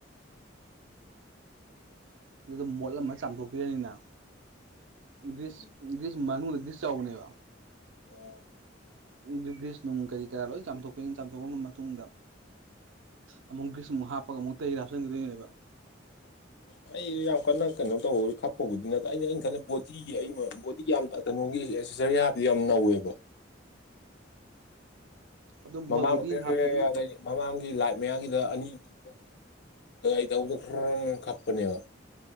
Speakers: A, on the right; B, on the left.
A: ꯑꯗꯨꯗ ꯃꯣꯠ ꯑꯃ ꯆꯥꯝꯊꯣꯛꯄꯤꯔꯅꯤꯅ ꯒ꯭ꯔꯤꯁ
B: ꯎꯝ
A: ꯒ꯭ꯔꯤꯁ ꯃꯅꯨꯡꯗꯒꯔꯤ ꯆꯧꯅꯦꯕ
B: ꯑꯣ
A: ꯔꯤꯒ꯭ꯔꯤꯁ ꯅꯨꯡ ꯀꯔꯤ ꯀꯔꯥ ꯂꯣꯏ ꯆꯥꯝꯊꯣꯛꯀ ꯆꯥꯝꯊꯣꯛꯈ꯭ꯔꯕ ꯃꯇꯨꯡꯗ ꯑꯃꯨꯛꯒꯤꯁ ꯑꯃꯨꯛ ꯍꯥꯞꯄꯒ ꯑꯃꯨꯛ ꯇ ꯍꯥꯞꯆꯤꯟꯈꯤꯗꯣꯏꯅꯦꯕ
B: ꯑꯣ ꯑꯩ ꯌꯥꯝ ꯀꯟꯅ ꯀꯩꯅꯣ ꯇꯧꯕꯍ ꯈꯛꯄꯕꯨꯗꯤ ꯅꯠꯇ ꯑꯩꯅ ꯑꯩꯅ ꯈꯜꯂꯦ ꯕꯣꯗꯤꯒꯤ ꯕꯣꯗꯤ ꯌꯥꯝ ꯀꯩꯅꯣꯒꯤ ꯑꯦꯁꯦꯁꯔꯤ ꯍꯥꯞꯕꯗꯤ ꯌꯥꯝ ꯅꯧꯋꯦꯕ
A: ꯑꯗꯨꯝ
B: ꯃꯃꯥꯡ
A: ꯕꯣꯗꯤ
B: ꯃꯩ
A: ꯍꯥꯞꯄꯁꯨ
B: ꯑ ꯃꯃꯥꯡꯒꯤ ꯂꯥꯏ ꯃꯌꯥꯝꯒꯤ ꯑꯅꯤꯗꯗ ꯈꯔ ꯀꯞꯄꯅꯦꯕ